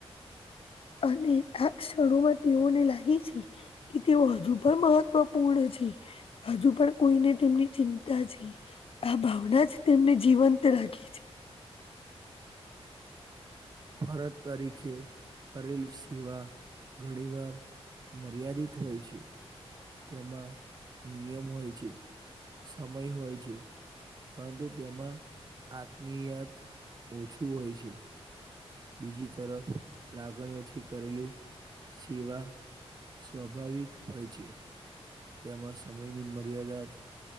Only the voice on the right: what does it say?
ફરજ તરીકે, કરેલી સિવા, ઘણી વાર મર્યાદિત હોય છે. તેમાં, નિયમ હોય છે, સમય હોય છે. પરંતુ તેમાં આત્મીયાત ઓછું હોય છે. બીજી તરફ લાગણીઓથી કરેલી સેવા સ્વાભાવિક હોય છે, તેમાં સમયની મર્યાદાત